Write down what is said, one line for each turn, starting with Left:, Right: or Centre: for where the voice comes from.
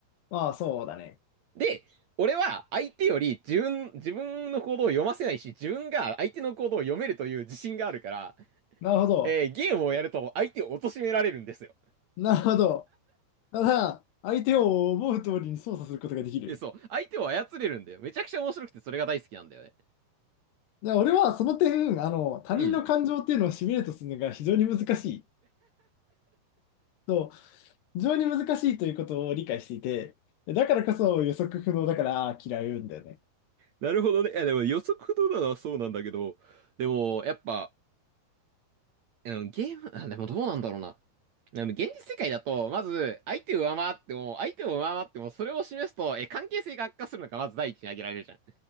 Left: ああ、そうだね。
Right: で、俺は相手より自分、自分の行動を読ませないし、自分が相手の行動を読めるという自信があるから、
Left: なるほど。
Right: えーゲームをやると相手を貶められるんですよ。
Left: なるほど。ただ、相手を思う通りに操作することができる。
Right: で、そう。相手を操れるんだよ。めちゃくちゃ面白くて、それが大好きなんだよね。
Left: で、俺はその点、あの、他人の感情っていうのをシミュレートするのが非常に難しい。
Right: うん。
Left: そう、非常に難しいということを理解していて、だからこそ予測不能だから嫌いうんだよね。
Right: なるほどね。いや、でも予測不能なのはそうなんだけど、でも、やっぱ、うん、ゲーム、あ、でもどうなんだろうな。でも現実世界だと、まず、相手を上回っても、相手を上回っても、それを示すと、え、関係性が悪化するのがまず第一に挙げられるじゃん。